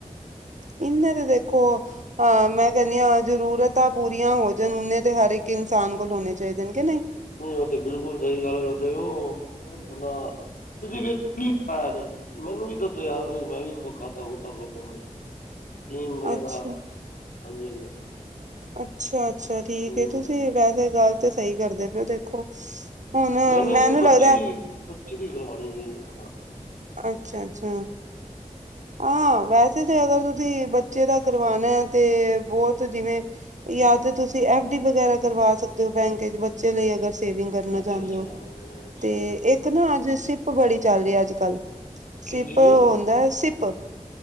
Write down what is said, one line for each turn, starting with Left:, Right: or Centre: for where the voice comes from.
Right: ਇਹਦੇ ਤੇ ਦੇਖੋ ਅਹ ਮੈਂ ਕਹਿੰਦੀ ਹਾਂ ਜ਼ਰੂਰਤਾਂ। ਪੂਰੀਆਂ ਹੋ ਜਾਣ ਨੇ ਇੰਨੇ ਤੇ ਹਰ ਇੱਕ ਇਨਸਾਨ ਕੋਲ ਹੋਣੇ ਚਾਹੀਦੇ ਨੇ ਕਿ ਨਹੀਂ
Left: ਹੂੰ ਉਹ ਤੇ ਬਿਲਕੁਲ ਸਹੀ ਗੱਲ ਕਰਦੇ ਉਹ ਅਪਨਾ ਤੁਸੀਂ ਫੇਰ ਕਿ ਪਾਈਆਂ ਇਹਦੇ ਤੇ ਮੈਨੂੰ ਵੀ ਦੱਸੋ ਯਾਰ ਕੋਈ ਮੈਂ ਵੀ ਖਾਤਾ ਖੋਤਾ ਖੋਲੂਗਾ।
Right: <unintelligible>
Left: ਫੀਮ ਵਗੈਰਾ
Right: ਅੱਛਾ
Left: ਹਾਂਜੀ ਹਾਂਜੀ।
Right: ਅੱਛਾ ਅੱਛਾ ਠੀਕ
Left: ਹੂੰ
Right: ਤੁਸੀਂ ਵੈਸੇ ਗੱਲ ਤੇ ਸਹੀ ਕਰਦੇ ਪਏ ਦੇਖੋ? ਹੁਣ
Left: ਮੈਨੂੰ ਇੱਕ ਬੱਚੀ
Right: ਲੱਗਦਾ
Left: ਦੀ ਬੱਚੀ ਦੀ ਖਲਵਾਣੀ ਹੈ ਹਾਂ।
Right: ਅੱਛਾ ਅੱਛਾ ਹਾਂ ਵੈਸੇ। ਵੈਸੇ ਤੇ ਅਗਰ ਤੁਸੀਂ ਬੱਚੇ ਦਾ ਕਰਵਾਣਾ ਹੈ ਤੇ ਬਹੁਤ ਜਿਵੇਂ ਜਾਂ ਤੇ ਤੁਸੀਂ ਐਫ ਡੀ। ਵਗੈਰਾ ਕਰਵਾ ਸਕਦੇ ਹੋ ਬੈਂਕ 'ਚ ਬੱਚੇ ਲਈ ਅਗਰ। ਸੇਵਿੰਗ ਕਰਨਾ
Left: ਅੱਛਾ
Right: ਚਾਹੁੰਦੇ
Left: ਅੱਛਾ
Right: ਹੋ
Left: ਹਾਂ, ਠੀਕ
Right: ਤੇ ਇੱਕ ਨਾ ਅੱਜ ਸਿਪ ਬੜੀ ਚੱਲ ਰਹੀ ਹੈ ਅੱਜ ਕੱਲ੍ਹ। ਸਿਪ
Left: ਕੀ ਚੀਜ਼
Right: ਉਹ
Left: ਹੈ
Right: ਹੁੰਦਾ ਸਿਪ।